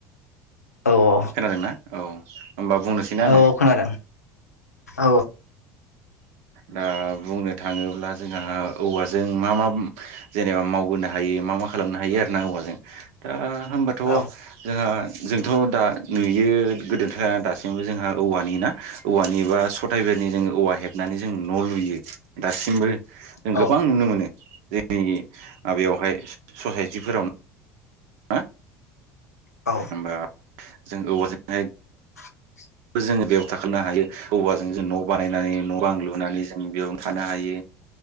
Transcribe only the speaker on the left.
औ औ।
औ औ खोनादों औ।
औ
औ
औ
<inaudible>